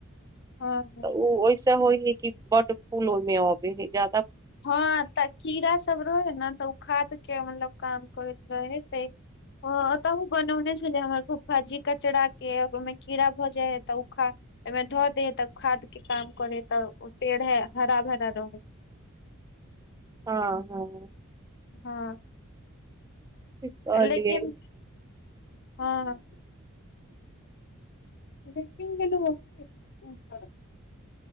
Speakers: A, on the left; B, on the right.
A: हँ
B: तऽ ओ ओहिस होइ है कि बड फूल ओहिमे अबे है जाद
A: हँ तऽ कीड़ा सब रहै ह ने तऽ ओ खाद के मतलब काम करैत रहै ते ह तऽ ओ बनौने छलै हमर फूफा जी कचड़ा के ओहिमे कीड़ा भऽ जाइ है तऽ ओ खा ओहिमे धऽ दे है तऽ खाद के काम करे है तऽ ओ पेड़ है हरा भरा रहेै
B: हँ हँ
A: हँ
B: ठीक कहलियै
A: लेकिन हँ रेटिंगल ह <unintelligible>